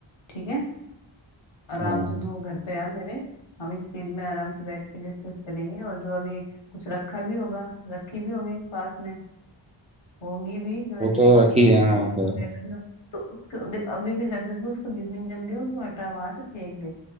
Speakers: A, on the left; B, on the right.
A: ठीक है आराम
B: हाँ
A: से तू घर पे आ मेरे हम इस चीज में आराम से बैठ के डिस्कस करेंगे और जो अभी कुछ रखा भी होगा रखी भी होगी पास में होगी भी जो
B: वो
A: ड्रिंकिंग
B: तो रखी है
A: है स्मोकिंग
B: हाँ खैर
A: वगैरह भी हो तो उसको देख अभी भी रख सकते उसको जितनी जल्दी हो उसको हटा वहां से फेंक दे